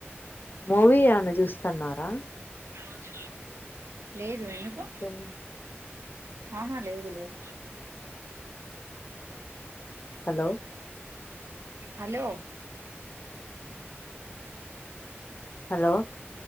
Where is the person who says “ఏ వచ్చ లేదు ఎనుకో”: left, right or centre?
Right